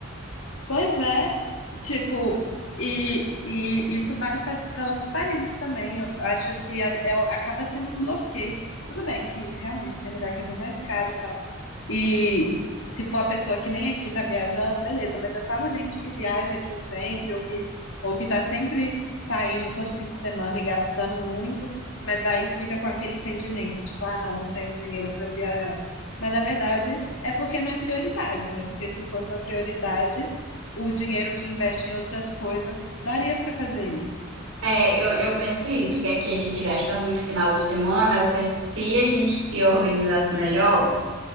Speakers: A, on the left; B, on the right.
A: Pois é, tipo, e, e isso vale para outros países também. Eu acho que a- é- acaba sendo um bloqueio. Tudo bem que realmente tem lugar que é bem mais caro e tal. E se for a pessoa que nem aqui tá viajando, beleza, mas eu falo gente que viaja aqui sempre, ou que, ou que tá sempre saindo todo fim de semana e gastando muito, mas aí fica com aquele impedimento, tipo, ah, não, não tenho dinheiro para viajar. Mas na verdade é porque não é prioridade, né? Porque se fosse uma prioridade o dinheiro que investe em outras coisas, daria para fazer isso.
B: É, eu, eu penso isso, porque aqui a gente gasta muito final de semana. Eu penso, se a gente se organizasse melhor,